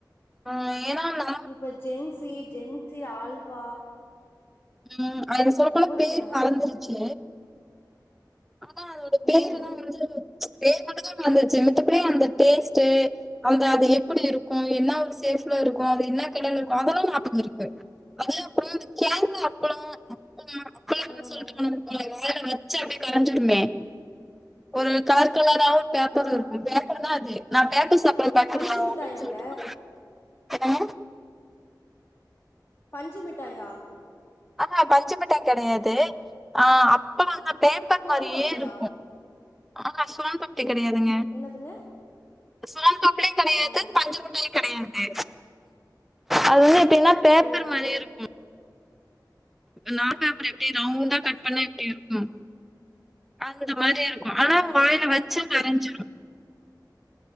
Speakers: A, in the centre; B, on the left.
A: ஆ ஏனா நா
B: இப்ப ஜென்சி ஜென்சி ஆல்வா
A: ம் அது சொ
B: புரியலைங்க
A: குருச்சு ஆனா அதோட பேர்
B: ம்
A: எல்லா வந்து பேர் மட்டுந்தா மறந்துச்சி மத்தபடி அந்த டேஸ்ட்டு அந்த அது எப்படி இருக்கு என்ன சேஃப்ல இருக்கு அது என்ன கலர்ல இருக்கு அதெல்லா நாபக இருக்கு அது அப்பற இந்த கேரளா அப்பளோ <unintelligible> அ
B: ஆமாங்க
A: சொல்லிட்டு உன வாயால வச்சு அப்படியே கரைஞ்சடுமே ஒரு கார்கல்லாதா பேப்பர்
B: ஆ
A: இருக்கு பேப்பர்தா அது நா பேப்பர் சப்ளை பா
B: பஞ்சு
A: அப்படின்னு
B: மிட்டாயாங்க
A: சொல்லிட்டு போ <unintelligible>
B: பஞ்சு மிட்டாயா
A: ஆனா பஞ்சு மிட்டாய் கெடையாது ஆ அப்ப பே அப்ப
B: சோன்
A: மாரியே
B: பப்டியா
A: இருக்கு ஆனா சோன் பப்டி கெடையாதுங்க
B: என்னதுங்க
A: சோன் பப்டியு கெடையாது
B: ஓ
A: பஞ்சுமிட்டாயு கெடையாது அது வந்து எப்படின்னா பேப்பர்
B: ஓ
A: மாரி இருக்கும் நார் பேப்பர் எப்டி ரவுண்டா கட் பண்ண எப்டி இருக்கு அந்த மாரி இருக்கு
B: ஆமாங்க
A: ஆனா வாயில வச்சு கரைஞ்சிரு